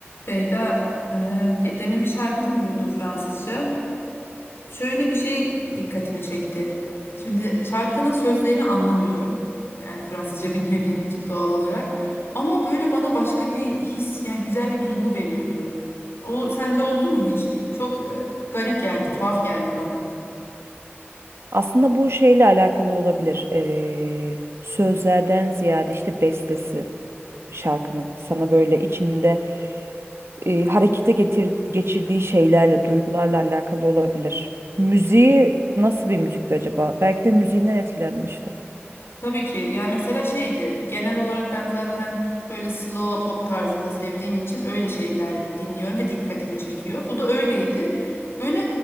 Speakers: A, on the left; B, on the right.
A: Beyda, e, ge- demin bir şarkı dinliyordum Fransızca. Şöyle bir şey dikkatimi çekti. Şimdi şarkının sözlerini anlamıyorum. Yani Fransızca <laughs> bilmediğim için doğal olarak. Ama böyle bana başka bir his, yani güzel bir duygu veriyordu. O sende oldu mu hiç? Çok e, garip geldi, tuhaf geldi bana.
B: Aslında bu şeyle alakalı olabilir. Ee, sözlerden ziyade işte bestesi şarkının sana böyle içinde e, harekete getir, geçirdiği şeylerle, duygularla alakalı olabilir. Müziği nasıl bir müzikti acaba? Belki de müziğinden etkilendin işte.
A: Tabii ki. Yani mesela şeydi genel olarak ben zaten böyle slow pop tarzında sevdiğim için öyle şeyler dinliyorum ve dikkatimi çekiyor. Bu da öyleydi. Böyle